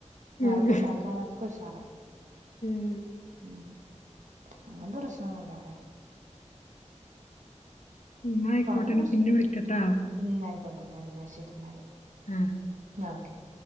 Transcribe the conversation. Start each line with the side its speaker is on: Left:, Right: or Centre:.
Right: വെറക്ണ്ടാക്കാനൊക്കെ
Left: ഉം
Right: ഉഷാറാ
Left: ഉം
Right: ഉം അങ്ങനത്തെ പ്രശ്നോന്നുല്ലാ അവടെ
Left: ഇന്നായിക്കോട്ടെ
Right: പണി
Left: ഇനി
Right: കുറച്ച്
Left: പിന്നെ വിളിക്കട്ടാ
Right: ഉം ഇന്നായിക്കോട്ടെ ഇന്നാല് ഇന്നാ ശരിന്നാല്
Left: ആ
Right: ആഹ് ഓക്കെ